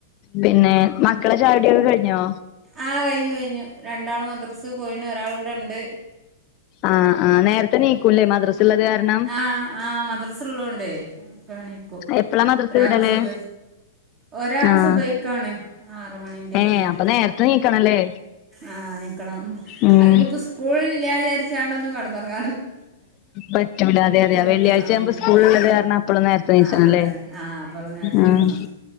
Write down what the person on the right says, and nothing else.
ആ കഴിഞ്ഞു കഴിഞ്ഞു രണ്ടാൾ മദ്രസ് പോയിണ് ഒരാൾ ഇവിടെണ്ട്
ആഹ് ആഹ് മദ്രസുള്ളോണ്ട് എണിക്കും
ഒരാക്ക്
സുഭ ഒരാക്ക്
സുബൈ ക്കാണ് ആറ് മണിന്റെ ഒക്കെ
നേരത്തെ
ആഹ് ണീക്കണം
അതിനിപ്പ സ്കൂളില്ലാചരിച്ചാണ്ടൊന്നും കടന്നൊറങ്ങ
എണീക്കണം
ആഹ്
ആഹ് അതാണ്
ആഹ് അപ്പള് നേരത്തെ
എണീക്കണം